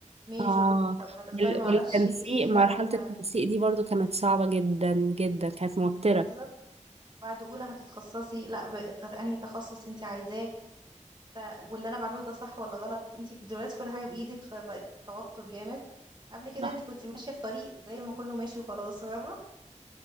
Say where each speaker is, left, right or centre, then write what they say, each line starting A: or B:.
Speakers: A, on the right; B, on the right.
A: ميجور
B: اه
A: طب هتختاري
B: وال-
A: معرفش
B: والتنسيق
A: ايه
B: مرحلة
A: لا ف-
B: التنسيق دي برضو كانت صعبة جدا جدا كانت موترة
A: بعد بالظبط بعد اولى هتتخصصي لا ب- فانهي تخصص انت عايزاه ف واللي انا بعمله ده صح ولا غلط انت دلوقتي كل حاجه بايدك فبقت توتر جامد قبل كده
B: صح
A: انت كنت ماشيه في طريق زي ما كله ماشي وخلاص فاهمه